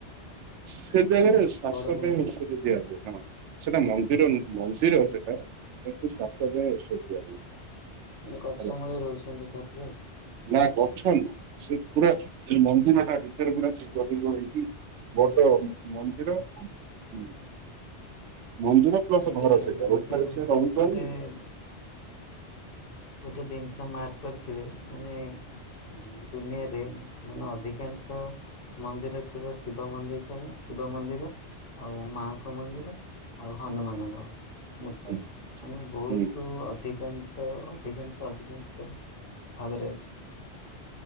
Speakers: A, on the right; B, on the left.
A: ସେ ଜାଗାରେ ଶ୍ୱାସ
B: ବଡ ମନ୍ଦିର
A: ପାଇଁ ଔଷଧ ଦିଆଯାଏ <unintelligible> ସେଟା ମନ୍ଦିର ନୁହଁ, ମନ୍ଦିର ସେଟା, କିନ୍ତୁ ଶ୍ୱାସ ପାଇଁ ଔଷଧ ଦିଆହୁଏ
B: ମାନେ ଗଛ
A: ହେଲା।
B: ମୂଳେ ରହୁଛନ୍ତି ଠାକୁର?
A: ନା ଗଛ ନୁହଁ, ସେ ପୁରା ମନ୍ଦିରଟା ଭିତରେ ପୁରା ଶିବଲିଙ୍ଗ ହେଇଚି ବଡ ମନ୍ଦିର,
B: ଆଚ୍ଛା
A: ହୁଁ ମନ୍ଦିର <unintelligible>
B: ଏଇ ଦେଖନ୍ତୁ
A: ଘର ସେଇଟା,
B: ଗୋଟେ
A: ଗୁମ୍ଫାରେ ସେ ରହୁଚନ୍ତି
B: ଗୋଟେ ଗୋଟେ ଜିନିଷ ମାର୍କ କରିଥିବେ, ମାନେ ହୁଁ ଦୁନିଆରେ, ମାନେ ଅଧିକାଂଶ ମନ୍ଦିର ଥିବ, ଶିବ ମନ୍ଦିକର, ଶିବ ମନ୍ଦିର ଆଉ ମାଆଙ୍କ ମନ୍ଦିର, ଆଉ ହନୁମାନଙ୍କ ମୂର୍ତ୍ତି
A: ହଁ,
B: ମାନେ ବହୁତ
A: ହୁଁ।
B: ଅଧିକାଂଶ ଅଧିକାଂଶ, ଅଧିକାଂଶ ଭାବରେ ଅଛି।